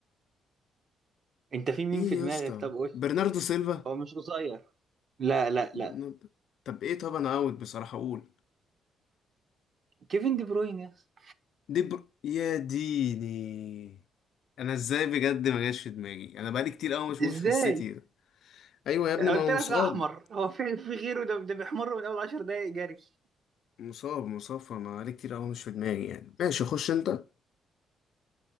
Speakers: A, on the right; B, on the left.
A: أنت في مين
B: ايه
A: في دماغك
B: يا اسطى
A: طب قول
B: برناردو سيلفا
A: هو مش قصير لا لا
B: برناردو
A: لا
B: طب ايه طب انا اوت بصراحة اقول
A: كيفن دي بروين يا اسطى
B: دي بر... يا ديني انا ازاي بجد ما جاش في دماغي انا بقالي كتير قوي مش
A: ازاي
B: مش في السيتي ايوه يا ابني
A: قلت
B: ما هو
A: لك
B: مصاب
A: احمر هو في في غيره ده ده بيحمر من اول 10 دقايق جري
B: مصاب مصاب فما بقالي كتير قوي مش في دماغي يعني ماشي اخش انت